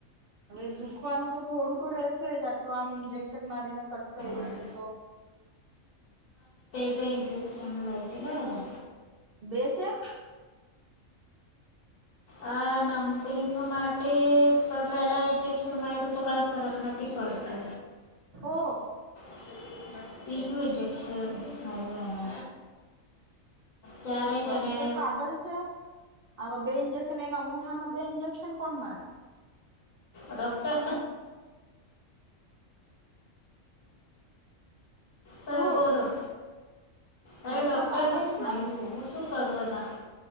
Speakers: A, on the right; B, on the left.
A: અવે દુખવાનું તો થોડું તો રેહસે જ આટલું આમ ઇન્જેકશન મારીને કટ કઇરો
B: હા.
A: છે તો.
B: <unintelligible> લાઈગુ ને એને.
A: બે કેમ?
B: આ <unintelligible> માટે પ-પેલા ઇન્જેક્શન માયરુ તો કઈ ફરક નથી પડતો.
A: ઓ
B: <unintelligible> તિજું ઈન્જેક્શન માયરૂ એને. ત્યારે
A: ડોક્ટર
B: જ એને
A: પાગલ છે આવા બે ઇન્જેક્શન એક અંગુઠામાં બે ઇજેક્શન કોણ મારે?
B: ડૉક્ટર હા,
A: તું
B: બોલો. અરે
A: ડોક્ટર
B: ડૉક્ટરને
A: <unintelligible>
B: જ
A: છે,
B: માર્યું હું શું કરું એમાં